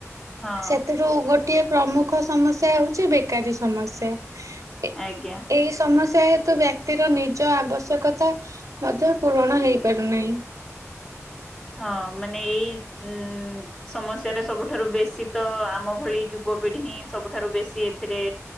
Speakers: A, on the left; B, on the right.
A: ହଁ
B: ସେଥିରୁ ଗୋଟିଏ। ପ୍ରମୁଖ ସ ସମସ୍ୟା ହଉଛି ବେକାରୀ ସମସ୍ୟା। ଏ
A: ଆଜ୍ଞା।
B: ଏଇ ସମସ୍ ଯେହେତୁ ବ୍ୟକ୍ତିର ନିଜ ଆବଶ୍ୟକତା ମଧ୍ୟ ପୂରଣ ହେଇ ପାରୁନାହିଁ।
A: ହଁ ମାନେ ଏଇ ଉ ସମସ୍ୟାରେ ସବୁଠାରୁ ବେଶୀ ତ ଆମ ଭଳି ଯୁବପିଢି ହିଁ ସବୁଠାରୁ ବେଶୀ ଏଥିରେ